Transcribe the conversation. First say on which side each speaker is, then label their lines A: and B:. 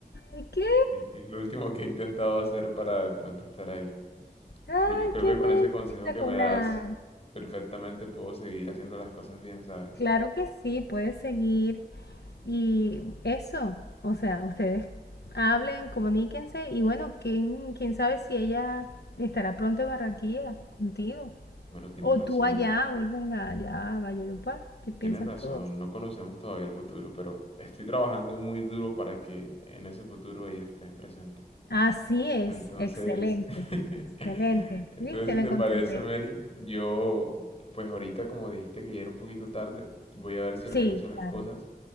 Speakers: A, on the left; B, on the left.
A: ay, ¿qué?
B: Es, es lo último que he intentado hacer para de pronto estar ahí.
A: ¡Ay,
B: Pero yo creo
A: qué
B: que con
A: bello,
B: ese consejo
A: espectacular!
B: que me das, perfectamente puedo seguir haciendo las cosas bien, ¿sabes?
A: Claro que sí, puedes seguir. Y eso, o sea, ustedes hablen, comuníquense y bueno, quién, quién sabe si ella estará pronto en Barranquilla contigo.
B: Bueno, tienes
A: O
B: razón.
A: tú allá, vuelves allá a Valledupar. ¿Qué piensas
B: Tienes razón,
A: tú?
B: no conocemos todavía el futuro, pero estoy trabajando muy duro para que en ese futuro ella esté presente.
A: Así es,
B: Entonces,
A: excelente,
B: <laughs>
A: excelente.
B: entonces
A: ¿Viste?
B: si
A: Me
B: te
A: contenté.
B: parece, Mary, yo, pues ahorita como dijiste que ya era un poquito tarde, voy a ver si
A: Sí,
B: organizo las
A: claro.
B: cosas,